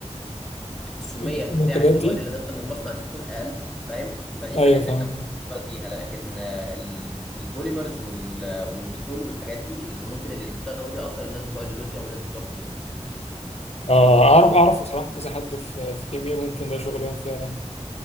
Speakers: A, in the centre; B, on the left.
A: السميه
B: المنتجات
A: بتاعت المواد
B: دي
A: اللي نازله من المصنع دي تكون اقل فاهم فدي
B: أيوه
A: حاجات
B: فاهم
A: احنا ممكن نشتغل فيها لكن آه، ال- البوليمرز وال- والبترول والحاجات دي اللي ممكن اللي بيشتغلوا فيها اكتر الناس بتوع جيولوجيا والناس بتوع كيمياء
B: اه اعرف اعرف بصراحه كذا حد في في كيمياء ممكن ده شغلهم فعلا